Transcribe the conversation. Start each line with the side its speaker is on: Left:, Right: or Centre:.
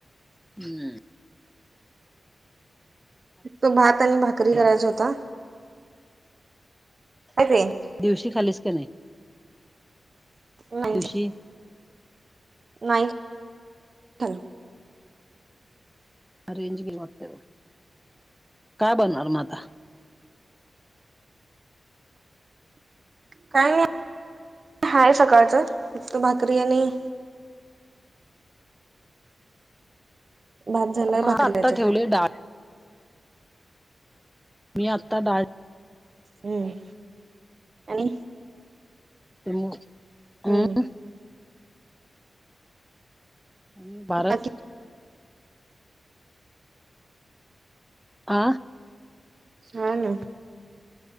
Centre: हम्म
Right: तो भात आणि भाकरी करायचा होता. काय ते
Centre: ढुशी खाल्लीस का नाही?
Right: नाही.
Centre: ढुशी
Right: नाही <unintelligible>
Centre: रेंज गेली वाटत. काय बनणार म आता.
Right: काय नाही, हाय सकाळच. फक्त भाकरी आणि भात झालाय
Centre: म
Right: भाकरी
Centre: आता
Right: खायची
Centre: ठेवले डाळ. मी आत्ता डाळ
Right: हम्म आणि
Centre: <unintelligible> आणि
Right: हम्म
Centre: आणि भारत
Right: बाकी
Centre: आ
Right: हा ना